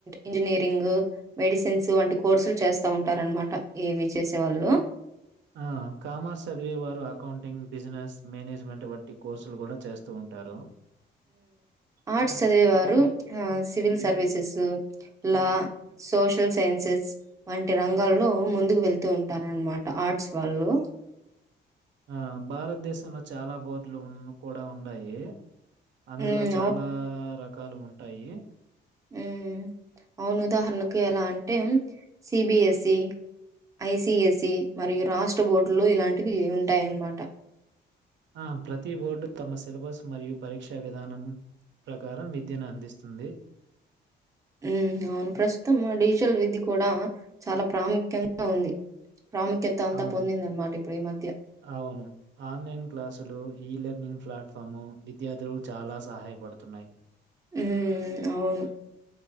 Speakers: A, on the right; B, on the right.
A: ఇంజనీర్ గ్ మెడిసిన్స్ వంటి కోర్సులు చేస్తా ఉంటారనమాట ఈవి చేసీ వాళ్ళు
B: ఆ కామర్స్ చదివే వారు అకౌంటింగ్ బిజినెస్ మేనేజ్మెంట్ వట్టి కోర్సులు కూడా చేస్తూ ఉంటారు
A: ఆర్ట్స్ చదివేవారు సివిల్ సర్వీసెస్ లాలా సోషల్ సైన్సెస్ వంటి రంగాల్లో ముందుకు వెళ్తూ అంటారనమాట ఆర్ట్స్ వాళ్ళు
B: ఆ భారతదేశంలో చాలా బోర్డులు ఉ కూడా ఉన్నాయి అందులో
A: హ్మ్.
B: చాలా రక రకాలు ఉంటాయి
A: ఉ అవును ఉదాహరణ ఎలా అంటే సిబిఎస్ఈ ఐసిఎస్ఈ మరియు రాష్ట్ర బోర్డులు ఇలాంటివి ఉంటాయన్నమాట.
B: మా ప్రతి బోర్డు తమ సిలబస్ మరియు పరీక్షా విధానం ప్రకారం విద్యను అందిస్తుంది
A: ఉ అవును ప్రస్తుతం డిజిటల్ విధి కూడా చాలా ప్రాముఖ్యంగా ఉంది ప్రాముఖ్యత అంతా
B: అవును
A: పొందిందనమాట ఇప్పుడు ఈ మధ్య.
B: అవును ఆన్లైన్ క్లాసులు ఈ లెర్నింగ్ ప్లాట్ఫాము విద్యార్థులు చాలా సహాయపడుతున్నాయి
A: ఉ అవును